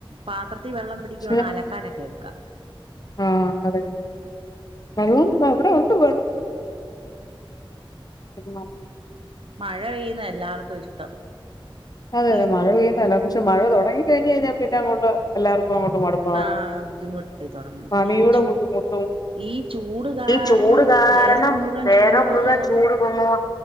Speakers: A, on the right; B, on the left.
A: പാത്രത്തിൽ വെള്ളം പിടിക്കുവാണെ
B: പക്ഷെ
A: അലക്കാനൊക്കെ എടുക്കാ.
B: ആഹ് അതെ വെള്ളം വിടെ ഉണ്ട് വെള്ള പിന്നെ
A: മഴ പെയ്യുന്ന എല്ലാവർക്കും ഇഷ്ടം
B: അതെത
A: ഈ
B: മഴെപെയ്യുന്ന ല്ലാർകു പക്ഷെ മഴ തൊടങ്ങി കഴിഞ്ഴിഞ്ഞാ പിന്നെ അങ്ങോട്ട് എല്ലർക്കുംങ്ങോട്ട് മട് പ്പം
A: ആ ബുദ്ധിമുട്ടായി തുടങ്ങും
B: പണിയുടെ
A: ചൂ
B: ബുദ്ധിമുട്ടും
A: ഈ ചൂട് കാരണം
B: ഈ ചൂട് കാരണം
A: ദേഹം മുഴുവൻ
B: ദേഹം
A: ചൂട് പൊങ്ങുവ
B: മുഴുവൻ ചൂട് ആഹ്.